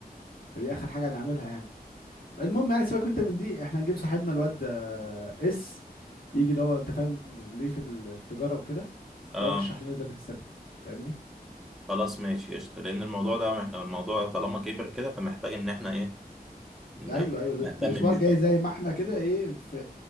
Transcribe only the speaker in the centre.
اه
خلاص ماشي قشطه لان الموضوع ده مح- الموضوع طالما كبر كده فمحتاج ان احنا ايه ن-
نهتم
بيه
شويه